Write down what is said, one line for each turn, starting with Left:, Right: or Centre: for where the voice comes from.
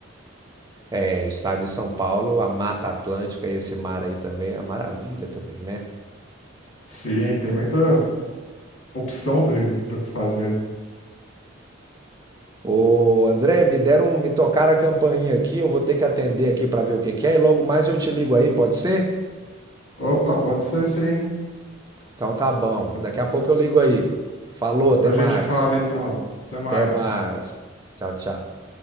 Right: É, o estado de São Paulo, a Mata Atlântica, esse mar aí também é uma maravilha também, né?
Left: sim, tem muita opção do, do que fazer.
Right: Ô, André, me deram, me tocaram a campainha aqui, eu vou ter que atender aqui para ver o que que é, e logo mais eu te ligo aí, pode ser?
Left: Opa, pode ser sim.
Right: Então tá bom.
Left: De-
Right: Daqui a pouco eu ligo aí. Falou,
Left: Depois
Right: até mais.
Left: a gente fala então. Até mais.
Right: Até mais. Tchau, tchau.